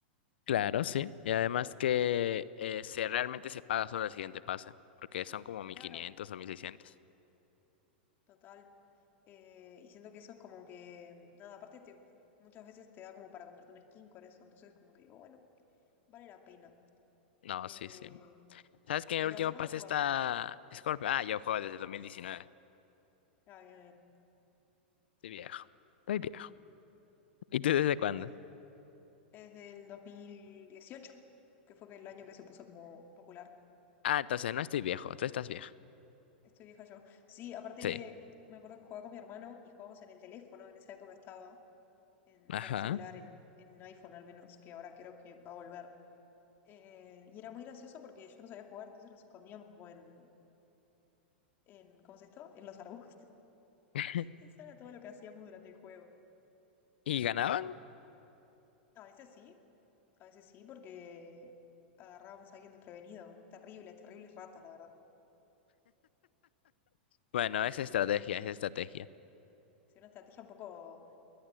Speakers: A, on the left; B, on the left.
A: Claro, sí. Y además que Eh, se realmente se paga solo el siguiente pase, porque son como 1500
B: Claro.
A: o mil seiscientos
B: Total. Eh, y siento que eso es como que, nada, aparte te, muchas veces te da como para comprarte un skin con eso, entonces como que digo, bueno, vale la pena.
A: No,
B: Eh,
A: sí, sí. ¿Sabes que
B: pero
A: el último
B: ¿hace cuánto
A: pase
B: jugás?
A: está Scorpio? Ah, yo juego desde el 2019.
B: Ah, bien, bien.
A: Estoy viejo. estoy viejo. ¿Y tú desde cuándo?
B: Sí. Desde el dos mil dieciocho que fue que el año que se puso como popular.
A: Ah, entonces no estoy viejo, tú estás vieja.
B: Estoy vieja yo. Sí, aparte
A: Sí.
B: me acuerdo que jugaba con mi hermano y jugábamos en el teléfono, en esa época estaba. en-
A: Ajá.
B: para celular, en, en iPhone al menos, que ahora creo que va a volver. Eh, y era muy gracioso porque yo no sabía jugar, entonces nos escondíamos como en, en ¿cómo es esto? En los arbustos. <laughs>
A: <laughs>
B: Eso era todo lo que hacíamos durante el juego.
A: ¿Y ganaban?
B: A veces sí, a veces sí, porque agarrábamos a alguien desprevenido. Terribles, terribles ratas, la verdad.
A: Bueno,
B: Sí,
A: es
B: sí,
A: estrategia,
B: horrible.
A: es estrategia.
B: Sí, una estrategia un poco, un